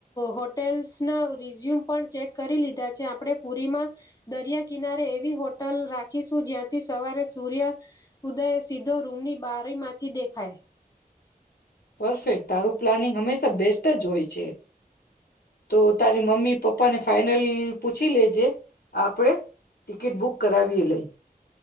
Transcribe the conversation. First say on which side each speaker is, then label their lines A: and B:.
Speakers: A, on the left; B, on the left.
A: હોટેલ્સ ના રિઝ્યુમ પણ ચેક કરી લીધા છે આપણેે પુરીમાં, દરિયા કિનારે એવી હોટલ રાખીશું જ્યાંથી સવારે સૂર્ય. ઉદયે સીધો રૂમની બારીમાંથી દેખાય.
B: પરફેક્ટ તારું પ્લાનિંગ હંમેશા બેસ્ટ જ હોય છે, તો તારી મમ્મી પપ્પાને ફાઈનલ પૂછી લેજે, આપણેે ટિકિટ બુક કરાવીએ લઈ.